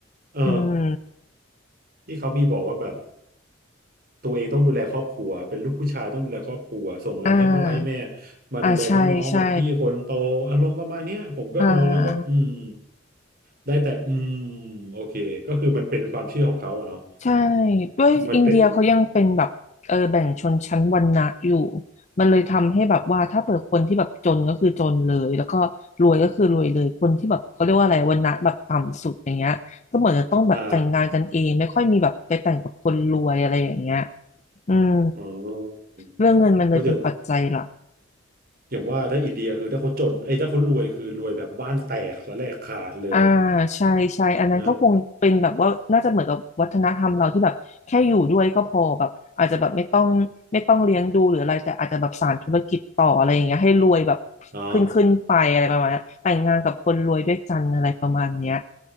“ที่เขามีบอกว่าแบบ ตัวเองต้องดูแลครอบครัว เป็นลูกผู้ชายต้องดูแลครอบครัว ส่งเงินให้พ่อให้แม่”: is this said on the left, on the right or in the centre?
Right